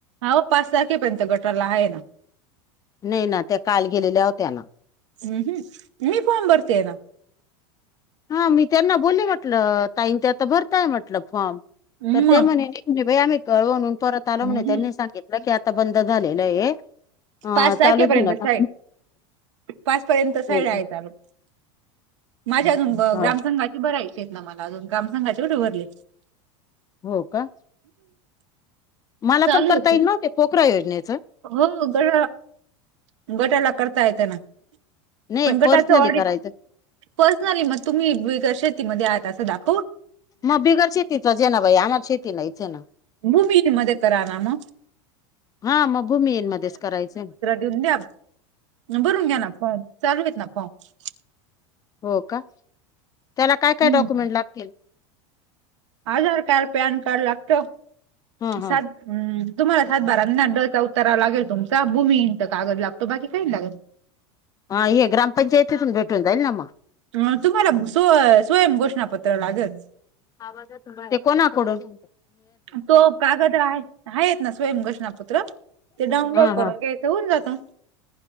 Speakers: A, on the right; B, on the left.
A: अहो पाच तारखेपर्यंत गटाला आहे ना
B: नाहीं नां ते कांल गेलेल्यां होत्यां नां.
A: हम्मं हम्मं मी फॉम भरतेय आहे नां.
B: हां मी त्यांना बोलले म्हटलं ताईं आंता भरतांय म्हटलं फॉर्म
A: मग
B: तरं ते. म्हणजे आम्हीं कळवणूंन परंत एकंदा आलो
A: हम्म.
B: म्हणे त्यांनी सांगितलं की आंता बंद झालेलं आहे. अं,
A: पांच तारखेपर्यंत
B: चालू झालं का
A: साईड पांच पर्यंत साईड
B: हो का?
A: आहे चालूं. माझ्यां अजूंन बी
B: हा.
A: ग्रामस्थांची बरां इच्छेत नां मलां अजूंन ग्रामस्थांचे कुठे भरले.
B: हो कां. मलां
A: चालू
B: पणं करतां
A: आहे की.
B: येईल नव्हते पोखरा योजनेचं.
A: हो करां. गटांला करतां येतं त्यांनां
B: नाही
A: पणं गटाचं
B: पर्सनली
A: ऑडिट.
B: करायचं
A: पर्सनली मगं तुम्ही बगंर शेतीमध्यें आं असं दाखवं.
B: मंग बिगर शेतीच जे नाई आमर शेती नां इथे नां.
A: भूमी इथे मध्यें करां नां मगं.
B: हां मंग भूमियन मध्येंच करायचे.
A: द्यां भरूंन घ्यायचं नां फॉर्म चालूे येतनां फॉर्म-
B: हो कां त्यांला कायं कायं
A: हम्म.
B: डॉक्युमेंट लागतील-
A: आंधार कार्ड पॅन कार्ड लागतं
B: हा हा
A: सा- हम्मं तुम्हांला सातबारा नां डचां उतारावा लागेल तुमचां भूमीहिनचां कागद लागतो बाकी कांहीं लागतं-
B: हां हे ग्रामपंचायतीतुन भेटूंन जाईल नां मगं-
A: तुम्हांला स्वं स्वयं घोषणांपत्र लागंल-
B: कां बरं मध्यें कोणांकडूंन-
A: तो कांगद आहे- आहेते नां स्वयं घोषणांपत्र ते डाउनलोड
B: हा
A: करूंन
B: हा
A: घ्यायचं होऊंन जातं-